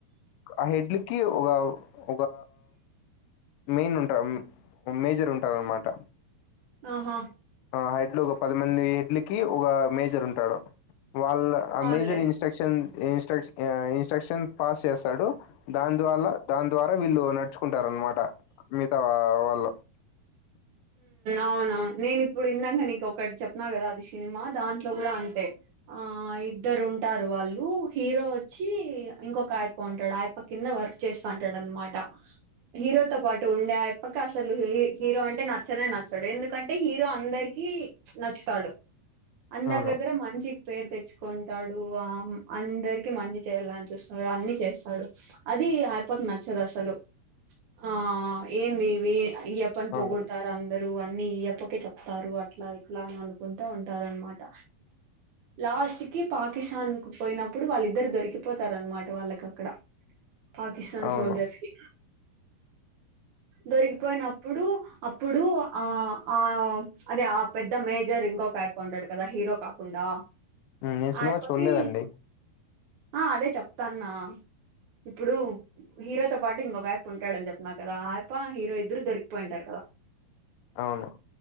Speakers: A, on the left; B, on the right.
A: ఆ హెడ్లకి ఒక ఒక మెయిన్ ఉంటారు మేజర్ ఉంటారు అన్నమాట
B: ఆహా
A: ఆ హైట్లు ఒక పదిమంది హడ్లికి ఒక మేజర్ ఉంటాడు వాళ్ళ ఆ
B: అవునులే
A: major instruction instruction instruction pass చేస్తాడు దాని దవల్లా దాని ద్వారా వీళ్ళు నడుచుకుంటార అనమాట మిగతా వాళ్ళు <unintelligible>
B: అవును నేను ఇప్పుడు ఇందక నీకు ఒకటి చెప్పినా కదా అది సినిమా దాంట్లో కూడా అంతే ఆ ఇద్దరు ఉంటారు వాళ్ళు హీరో వచ్చి ఇంకొక ఆయప ఉంటాడు ఆయప కింద వర్క్ చేస్తా ంటాడనమాట హీరోతో పాటు ఉండేప్పక అసలు హీరో అంటే నాకు నచ్చనే నచ్చాడు ఎందుకంటే హీరో అందరికి నచ్చుతాడు అందరి
A: అవును
B: దగ్గర మంచికి పేరు తెచ్చు కొంటాడు ఆ అందరికి మంచి చేయాలని చూస్తుడు అన్ని చేస్తాడు అది నచ్చదు అసలు ఆ ఏంద దివి ఇయప్పన్
A: అవును
B: పోగుడు అందరుూ అన్ని ఇయప్పకే చెప్తారు అట్లా ఇట్లా అని అనుకుంటా ఉంటారు అనమాట లాస్ట్ కి పాకిస్తాన్ క పోయినప్పుడు వాళ్ళిద్దరు దొరికిపోతారునమాట వాళ్ళకి అక్కడ
A: <unintelligible>
B: పాకిస్తాన్
A: అవును
B: సోల్జర్స్కి దొరికిపోయినప్పుడు అప్పుడు ఆ ఆ అదే ఆ పెద్ద మేజర్ ఒక అయిపో ఉంటాడు కదా హీరో కాకుండా ఆ
A: నేను సినిమా
B: ఆయప్పకి
A: చూడలేదండి
B: ఆ అదే చెప్తాన్నా ఇప్పుడు హీరోతో పాటు ఇంకొక ఆయప ఉంటాడని చెప్పిన కదా ఆయప హీరో ఇద్దరు దొరికిపోయింటారు కదా
A: అవును